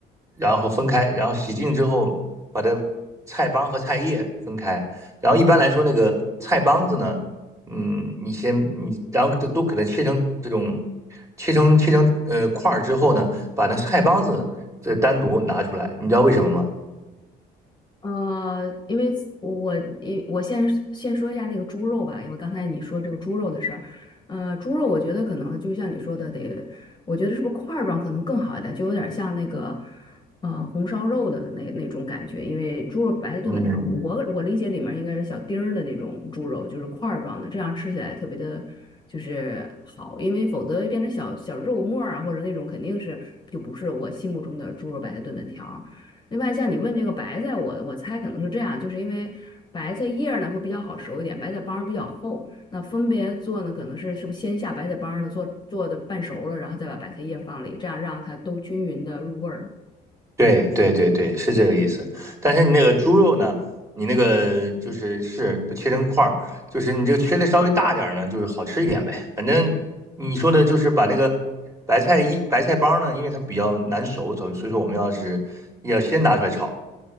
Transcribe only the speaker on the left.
呃，因为我因我先先说一下那个猪肉吧，因为刚才你说这个猪肉的事儿，呃，猪肉我觉得可能就像你说的，得，我觉得是不是块儿状可能更好一点，就有点像那个呃红烧肉的那那种感觉，因为猪肉白菜炖粉条，
我我我理解里面应该是小丁儿的那种猪肉，就是块儿状的，这样吃起来特别的。就是好，因为否则变成小小肉末儿啊，或者那种肯定是就不是我心目中的猪肉白菜炖粉条儿。另外，像你问这个白菜，我我猜可能是这样，就是因为白菜叶儿呢会比较好熟一点，白菜帮儿比较厚。那分别做呢，可能是是不是先下白菜帮儿呢做做的半熟了，然后再把白菜叶放里，这样让它都均匀的入味儿。